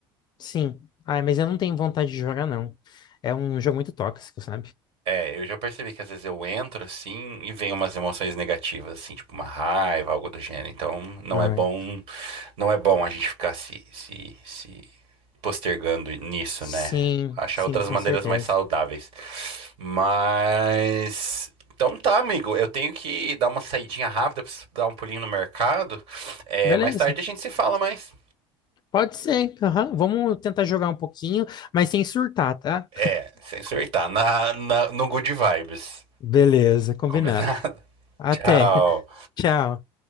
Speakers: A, on the left (about 40°); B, on the right (about 60°).
A: Sim. Ai, mas eu não tenho vontade de jogar, não. É um jogo muito tóxico, sabe?
B: É, eu já percebi que às vezes eu entro assim e vem umas emoções negativas, assim, tipo uma raiva, algo do gênero. Então não
A: Ai.
B: é bom, não é bom a gente ficar se, se, se postergando nisso,
A: Sim,
B: né? Achar
A: sim,
B: outras
A: com
B: maneiras
A: certeza.
B: mais saudáveis. Mas. Então tá, amigo. Eu tenho que dar uma saidinha rápida, preciso dar um pulinho no mercado. É,
A: Beleza.
B: mais tarde a gente se fala mais.
A: Pode ser. aham. Vamos tentar jogar um pouquinho, mas sem surtar, tá?
B: É, sem surtar. Na, na- no Good Vibes.
A: Beleza, combinado.
B: Combinado? <laughs>
A: Até.
B: Tchau.
A: <laughs> Tchau.